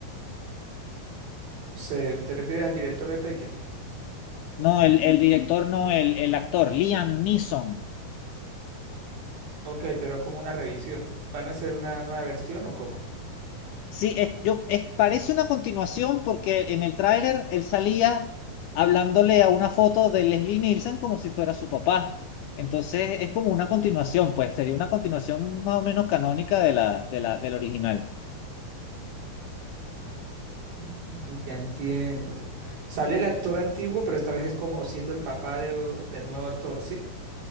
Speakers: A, on the right (about 80°); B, on the left (about 80°).
A: O sea, ¿te refieres al director de Taken?
B: No, el, el director no, el, el actor, Liam Neeson.
A: Ok, pero como una revisión. ¿Van a hacer una nueva versión o cómo?
B: Sí, es, yo, es, parece una continuación porque en el tráiler él salía hablándole a una foto de Leslie Nielsen como si fuera su papá. Entonces es como una continuación, pues sería una continuación más o menos canónica de la, de la, del original.
A: Mm, Ya entiendo. Sale el actor antiguo, pero esta vez es como siendo el papá de- del nuevo actor, ¿sí?